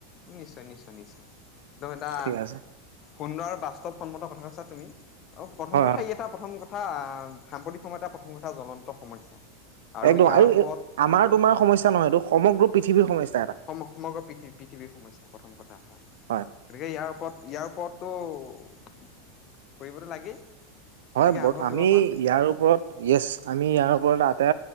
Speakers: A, on the left; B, on the right.
A: নিশ্চয় নিশ্চয় নিশ্চয়। একদম এটা
B: ঠিক আছে।
A: সুন্দৰ আৰু বাস্তৱ সন্মত কথা কৈছা তুমি আৰু প্ৰথম
B: হয়
A: কথা
B: হয়।
A: ই এটা প্ৰথম কথা। তথা সাম্প্ৰতিক সময়তাৰ প্ৰথম কথা জ্বলন্ত সমস্যা।
B: একদম
A: ইয়াৰ
B: আৰু
A: ওপৰত
B: আমাৰ তোমাৰ সমস্যা
A: হয়
B: নহয় এইটো সমগ্ৰ পৃথিৱীৰ সমস্যা। এটা
A: সম সমগ্ৰ পৃথিৱ পৃথিৱীৰ সমস্যা প্ৰথম কথা হা গতিকে
B: হয়।
A: ইয়াৰ ওপৰত ইয়াৰ ওপৰত টো উ কৰিবটো লাগেই।
B: হয়
A: গতিকে
B: বৰ
A: আৰম্ভ কৰিব
B: আমি
A: পাৰা।
B: ইয়াৰ ওপৰত,
A: হয়
B: য়েছ আমি ইয়াৰ ওপৰত এটা